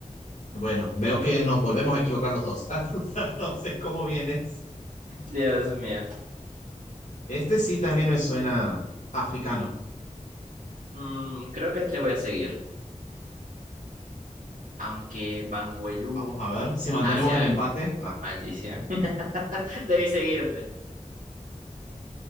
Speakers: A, on the left; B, on the right.
A: bueno, veo que nos volvemos a equivocar los dos. <laughs> Entonces, ¿cómo vienes?
B: Dios mío.
A: Este sí también me suena africano.
B: Mm, creo que te voy a seguir. Aunque Banguelú.
A: Vamos a ver si mantenemos
B: Asia.
A: el empate. Ah,
B: Maldición. <laughs> Debí seguirte.